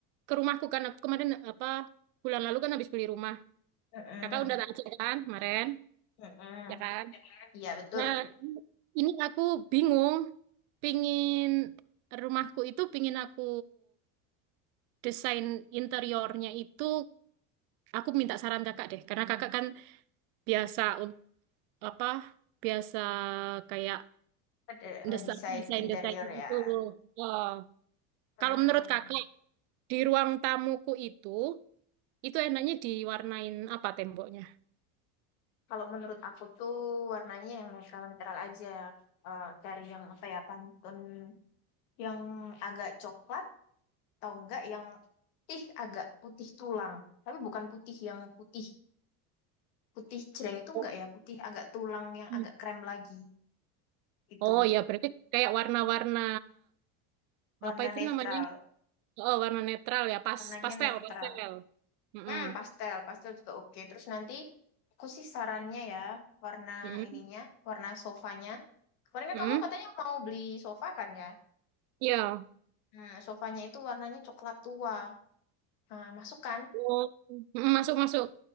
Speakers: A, on the right (about 70°); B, on the left (about 85°).
A: ke rumahku kan. Aku kemarin apa bulan lalu kan habis beli rumah.
B: Mm-mm,
A: Kakak udah tak ajak kan kemarin,
B: mm-mm.
A: ya kan?
B: Iya, betul.
A: Nah, ini aku bingung, pingin rumahku itu pingin aku desain interiornya itu. Aku minta saran kakak deh, karena kakak kan biasa apa biasa kayak
B: Ada ngedesain
A: desain desain
B: interior
A: desain itu.
B: ya.
A: Eh,
B: Hmm,
A: kalau menurut kakak di ruang tamuku itu itu enaknya diwarnain apa temboknya?
B: Kalau menurut aku tuh warnanya yang netral-netral aja. Eh, dari yang apa ya, pantun yang agak coklat atau enggak yang putih, agak putih tulang. Tapi bukan putih yang putih. Putih jreng itu
A: Oh
B: enggak ya, putih agak tulang yang
A: hmm.
B: agak krem lagi. Itu
A: Oh, ya berarti kayak warna-warna
B: warna
A: apa itu
B: netral,
A: namanya? Oh warna netral ya pas
B: warnanya
A: pastel
B: netral.
A: pastel. Mm-mm.
B: Hmm, pastel, pastel juga oke. Terus nanti aku sih sarannya ya, warna
A: Mm-mm.
B: ininya, warna sofanya. Kemarin kan
A: Mm-mm.
B: kamu katanya mau beli sofa kan ya?
A: Ya.
B: Hmm, sofanya itu warnanya coklat tua. Nah, masuk kan?
A: Oh. Mm-mm, Masuk masuk